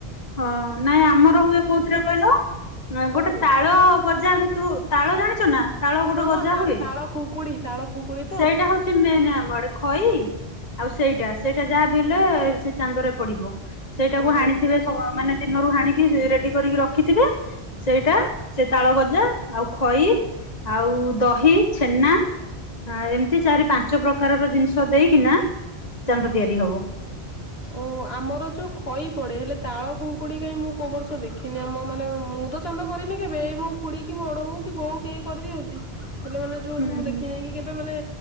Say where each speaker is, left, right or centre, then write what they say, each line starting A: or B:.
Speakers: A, on the left; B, on the left.
A: ହଁ ନାଇଁ ଆମର ହୁଏ କୋଉଥିରେ କହିଲ ଆଁ
B: କୋଉଥିରେ
A: ଗୋଟେ ତାଳ ଗଜା ଭିତୁ ତାଳ ଜାଣିଚ ନା? ତାଳ ଗୋଟେ
B: ହଁ
A: ଗଜା
B: ହଁ ତା
A: ହୁଏ।
B: ତାଳ ଖୁଙ୍କୁଡି ତାଳ ଖୁଙ୍କୁଡି ତ
A: ସେଇଟା ହୋଉଚି ମେନେ ଆମ ଆଡେ ଖଇ ଆଉ ସେଇଟା ସେଇଟା ଯାହା ବି ହେଲେ ସେ ଚାନ୍ଦରେ ପଡିବ ସେଇଟାକୁ
B: ଓହୋ
A: ହାଣିଥିବେ ଥୁଅ ମାନେ ଦିନରୁ ହାଣିକି ସେ ରେଡି କରିକି ରଖିଥିବେ ସେଇଟା ସେ ତାଳ ଗଜା ଆଉ ଖଇ ଆଉ ଦହି ଛେନା ଆ ଏମତି ଚାରି ପାଞ୍ଚ ପ୍ରକାରର ଜିନିଷ ଦେଇକିନା ଚାନ୍ଦ ତିଆରି ହବ।
B: ତ ଓହୋ ଆମର ଯୋଉ ଖଇ ପଡେ ହେଲେ ତାଳ ଖୁଙ୍କୁଡି କାଇଁ ମୁଁ କୋଉ ବର୍ଷ ଦେଖିନି ଆମ ମାନେ ମୁଁ ତ ଚାନ୍ଦ କରିନି କେବେ ଏଇ ମୋ ଖୁଡି କି ମୋ ବଡ ବୋଉ କି ବୋଉ କେହି କରିଦିଅନ୍ତି ହେଲେ ମାନେ ଯୋଉ ହୋଉଚି
A: ହୁଁ
B: ମୁଁ
A: ହୁଁ
B: ଦେଖି ନାଇଁକି କେବେ ମାନେ